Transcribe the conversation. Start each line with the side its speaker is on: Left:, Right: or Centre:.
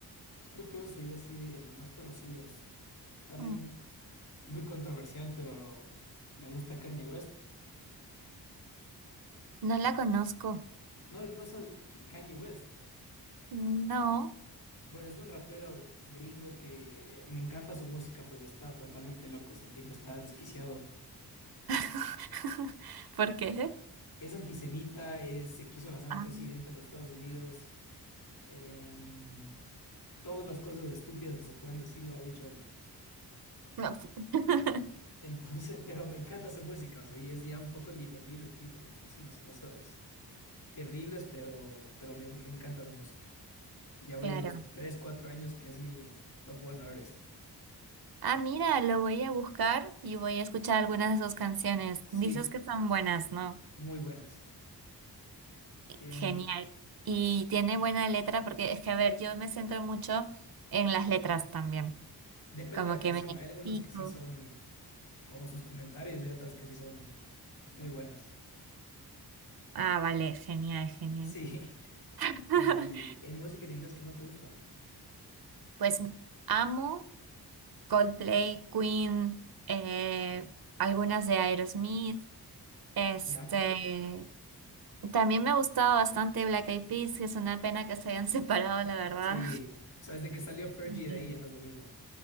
Left: pues creo que eso sería así de, de más conocidos. También
Right: Mm,
Left: muy controversial, pero me gusta Kanye West.
Right: No la conozco.
Left: No, no sabes qui- Kanye West.
Right: No.
Left: Bueno, es un rapero gringo que eh, me encanta su música, pero está totalmente loco. O sea, el tipo está desquiciado.
Right: <laughs> ¿Por qué?
Left: Es antisemita, es- se quiso lanzar al
Right: Ah,
Left: presidente
Right: mm,
Left: de los Estados Unidos. em, todas las cosas estúpidas que se pueden decir lo ha dicho él.
Right: no. pues. <laughs>
Left: Entonces, <laughs> pero me encanta su música, o sea, y es ya un poco indefendible el tipo porque hizo unas cosas terribles, pero, pero me, me encanta su música. Ya voy
Right: Claro.
Left: unos 3, 4 años que es mi top one artist.
Right: Ah, mira, lo voy a buscar y voy a escuchar algunas de sus canciones.
Left: Sí,
Right: Dices que son buenas, ¿no?
Left: muy buenas. Em,
Right: Genial. Y tiene buena letra porque es que, a ver, yo me centro mucho en las letras también.
Left: depende
Right: Como
Left: de la
Right: que
Left: canción,
Right: me identifico.
Left: hay algunas que sí son como sus comentarios y otras que sí son muy buenas.
Right: Ah, vale, genial, genial.
Left: Sí,
Right: <laughs>
Left: <laughs> y en música en inglés, ¿qué más te gusta?
Right: Pues amo. Coldplay, Queen, eh, algunas de Aerosmith. Este,
Left: ¿Ya?
Right: también me ha gustado bastante Black Eyed Peas, que es una pena que se hayan <laughs> separado, la verdad.
Left: Sí, o sea, desde que salió Fergie
Right: Ujú.
Left: de ahí ya no es lo mismo.